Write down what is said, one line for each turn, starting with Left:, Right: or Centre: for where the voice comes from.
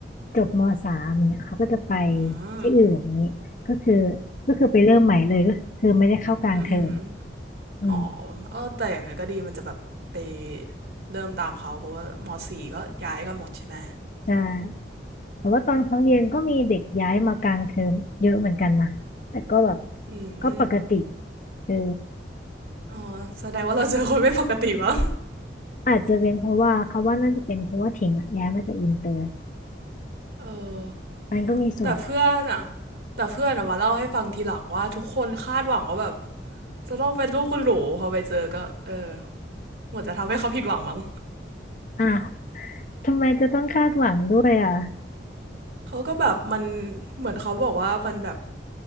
Left: จบมสามเนี่ยเขาก็จะไป
Right: อื
Left: ที่อื่นอย่างนี้ก็คือ
Right: ม
Left: ก็คือไปเริ่มใหม่เลยก็คือไม่ได้เข้ากลางเทอม
Right: อืม
Left: อืม
Right: อ๋อเออแต่อย่างไงก็ดีมันจะแบบไปเริ่มตามเขาเพราะว่ามสี่ก็ย้ายกันหมดใช่ไหม
Left: ใช่แต่ว่าตอนเขาเรียนก็มีเด็กย้ายมากลางเทอมเยอะเหมือนกันนะแต่ก็แบบ
Right: อืม
Left: ก็ปกติเออ
Right: อ๋อแสดงว่าเราเจอคนไม่ปกติวะ
Left: อาจจะเป็นเพราะว่าเขาว่าน่าจะเป็นเพราะว่าถิงอะย้ายมาจากอินเตอร์
Right: เออ
Left: มันก็มีส่วน
Right: แต่เพื่อนอะแต่เพื่อนอะมาเล่าให้ฟังทีหลังว่าทุกคนคาดหวังว่าแบบจะต้องเป็นลูกคุณหลูพอไปเจอก็เออเหมือนจะทำให้เขาผิดหวังมั้ง
Left: อ่ะทำไมจะต้องคาดหวังด้วยอ่ะ
Right: เขาก็แบบมันเหมือนเขาบอกว่ามันแบบ